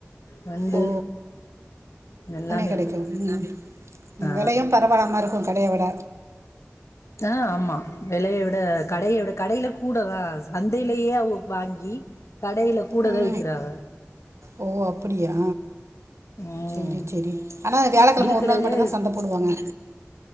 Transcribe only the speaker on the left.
நண்டு
எல்லாமே
இருக்கு
ஆ
த்த ஆமா வெலையை விட கடையை விட கடையில கூட தா சந்தையிலயே அவுங்க வாங்கி கடையில கூடதா
விக்கிறாக
ம்
இருக்கறதுலே